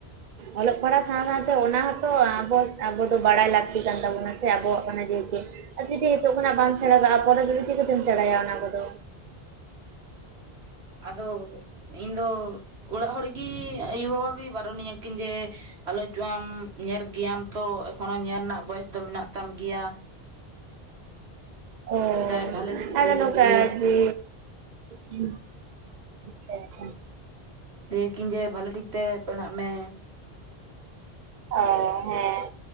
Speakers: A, on the right; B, on the right.
A: ᱚᱞᱚᱜ ᱯᱟᱲᱦᱟᱣ ᱥᱟᱶ ᱥᱟᱶᱛᱮ ᱚᱱᱟ ᱦᱚᱸᱛᱚ ᱟᱵᱚ ᱟᱵᱚ ᱫᱚ ᱵᱟᱲᱟᱭ ᱞᱟᱹᱠᱛᱤ ᱠᱟᱱ ᱛᱟᱵᱚᱱᱟ ᱥᱮ ᱟᱵᱚᱣᱟᱜ ᱠᱟᱱᱟ ᱡᱮ ᱦᱮᱛᱩ ᱟᱨ ᱡᱩᱫᱤ ᱱᱤᱛᱚᱜ ᱠᱷᱚᱱᱟᱜ ᱵᱟᱢ ᱥᱮᱬᱟ ᱠᱟᱜᱼᱟ ᱯᱚᱨᱮ ᱫᱚ ᱪᱤᱠᱟᱹᱛᱮᱢ ᱥᱮᱬᱟᱭᱟ ᱚᱱᱟ ᱠᱚᱫᱚ
B: ᱟᱫᱚ ᱤᱧ ᱫᱚ ᱚᱲᱟᱜ ᱦᱚᱲᱜᱮ ᱟᱭᱩ ᱵᱟᱵᱟ ᱜᱮ ᱵᱟᱨᱚᱱᱤᱧᱟᱹ ᱠᱤᱱ ᱡᱮ ᱟᱞᱚ ᱡᱚ ᱟᱢ ᱧᱮᱞ ᱜᱮᱭᱟᱢ ᱛᱚ ᱮᱠᱷᱚᱱᱚ ᱧᱮᱞ ᱨᱮᱱᱟᱜ ᱵᱚᱭᱮᱥ ᱫᱚ ᱢᱮᱱᱟᱜ ᱛᱟᱢ ᱜᱮᱭᱟ
A: ᱚᱻ
B: ᱞᱟᱹᱭ ᱵᱷᱟᱞᱮ ᱴᱷᱤᱠ
A: ᱟᱨ
B: ᱞᱟᱹᱭ
A: ᱱᱚᱝᱠᱟ
B: ᱫᱟᱠᱤᱱ ᱞᱟᱹᱭ
A: ᱡᱮ ᱦᱩᱸ ᱟᱪᱪᱷᱟ ᱟᱪᱪᱷᱟ
B: ᱞᱟᱹᱭ ᱟᱠᱤᱱ ᱡᱮ ᱵᱷᱟᱞᱮ ᱴᱷᱤᱠ ᱛᱮ ᱯᱟᱲᱦᱟᱜ ᱢᱮ
A: ᱚᱻ ᱦᱮᱸ